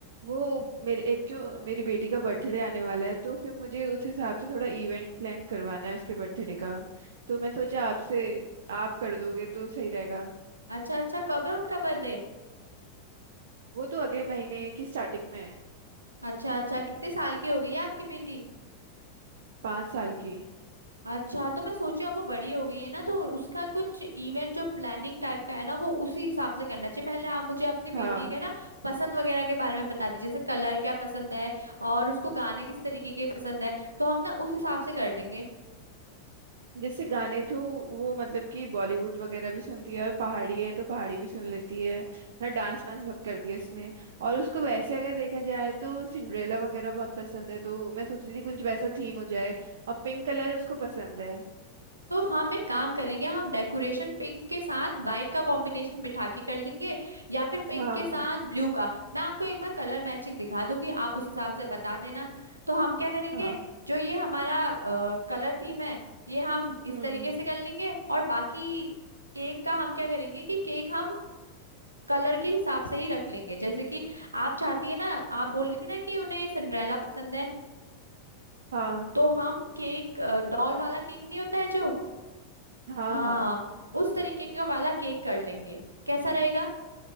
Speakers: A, on the right; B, on the right.
A: वो मेरे एक जो मेरी बेटी का बर्थडे आने वाला है तो फिर मुझे उस हिसाब से थोड़ा इवेंट प्लान करवाना है उसके बर्थडे का तो मैं सोचा आपसे आप कर दोगे तो सही रहेगा
B: अच्छा अच्छा कब है उनका बर्थडे
A: वो तो अगले महीने की स्टार्टिंग में है
B: अच्छा अच्छा कितने साल की हो गई है आपकी बेटी
A: पाँच साल की
B: अच्छा तो मैं सोची अब वो बड़ी हो गई है ना तो उसका कुछ इवेंट जो प्लानिंग टाइप का है ना वो उसी हिसाब से करना चाहिए पहले आप मुझे अपनी बेटी
A: हाँ
B: के ना पसंद वगैरह के बारे में बता दीजिए जैसे कलर क्या पसंद है और उसको गाने किस तरीके के पसंद है तो हम ना उस हिसाब से कर लेंगे
A: जैसे गाने तो वो मतलब कि बॉलीवुड वगैरह भी सुनती है और पहाड़ी है तो पहाड़ी भी सुन लेती है ना डांस वांस बहुत करती है इसमें और उसको वैसे अगर देखा जाए तो सिंड्रेला वगैरह बहुत पसंद है तो मैं सोची थी कुछ वैसा थीम हो जाए और पिंक कलर उसको पसंद है
B: तो हम एक काम करेंगे हम डेकोरेशन पिंक के साथ व्हाइट का कॉम्बिनेशन बिठा के कर लेंगे या फिर पिंक
A: हाँ
B: के साथ ब्लू का मैं आपको एक बार कलर मैचिंग दिखा दूंगी आप उस हिसाब से बता देना तो हम क्या करेंगे
A: हाँ
B: जो ये हमारा कलर थीम है ये हम इस
A: हम्म
B: तरीके से कर लेंगे और बाकी केक का हम क्या करेंगे कि केक हम कलर के हिसाब से ही रख लेंगे जैसे कि आप चाहती है ना आप बोल रही थी ना कि उन्हें सिंड्रेला पसंद है
A: हाँ
B: तो हम केक डॉल वाला केक नहीं होता है जो
A: हाँ
B: हाँ
A: हाँ
B: उस तरीके का वाला केक कर लेंगे कैसा रहेगा